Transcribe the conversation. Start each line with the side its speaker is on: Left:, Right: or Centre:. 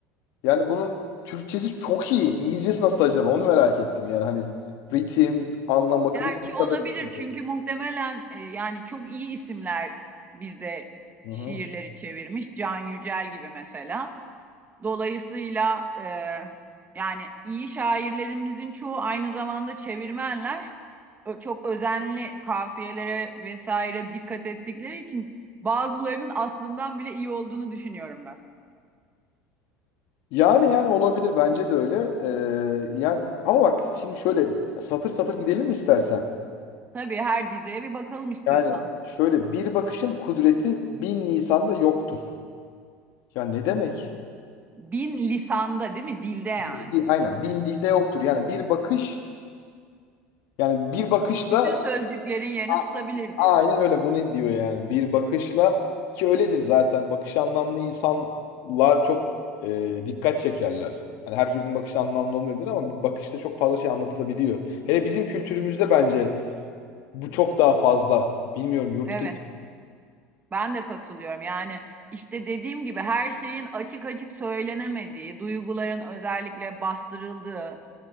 Left: Yani bunun Türkçesi çok iyi. İngilizcesi nasıl acaba? Onu merak ettim. Yani hani ritim, anlam bakımından
Right: Gerçi
Left: bu kadar
Right: olabilir
Left: iyi.
Right: çünkü muhtemelen e, yani çok iyi isimler bizde
Left: Hı
Right: şiirleri
Left: hı.
Right: çevirmiş. Can Yücel gibi mesela. Dolayısıyla e, yani iyi şairlerimizin çoğu aynı zamanda çevirmenler. Çok özenli kafiyelere vesaire dikkat ettikleri için bazılarının aslından bile iyi olduğunu düşünüyorum ben.
Left: Yani yani olabilir bence de öyle. Ee, yani ama bak şimdi şöyle satır satır gidelim mi istersen?
Right: Tabii her dizeye bir bakalım istiyorsan.
Left: Yani şöyle bir bakışın kudreti bin lisanda yoktur. Ya ne demek?
Right: Bin lisanda değil mi? Dilde yani.
Left: Bir, aynen bin dilde yoktur. Yani bir bakış yani bir bakışla
Right: Bütün sözcüklerin yerini
Left: a-
Right: tutabilir
Left: aynen
Right: diyor.
Left: öyle bunu diyor yani. Bir bakışla ki öyledir zaten. Bakış anlamlı insanlar çok e, dikkat çekerler. Hani herkesin bakışı anlamlı olmayabilir ama bir bakışta çok fazla şey anlatılabiliyor. Hele bizim kültürümüzde bence bu çok daha fazla. Bilmiyorum yurt
Right: Evet, ben de katılıyorum. Yani işte dediğim gibi her şeyin açık açık söylenemediği, duyguların özellikle bastırıldığı